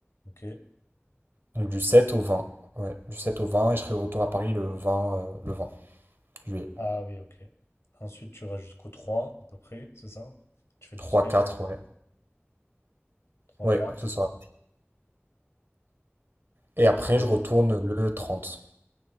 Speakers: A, on the left; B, on the right.
A: ok.
B: Donc du 7 au 20. Ouais, du 7 au vingt et je serai de retour à Paris le vingt, euh, le 20 juillet.
A: Ah oui, ok. Ensuite, tu iras jusqu'au 3 à peu près, c'est ça? Tu fais deux
B: Trois,
A: semaines.
B: quatre, ouais.
A: trois
B: Ouais,
A: quatre
B: c'est ça. Et après,
A: Ok.
B: je retourne le trente.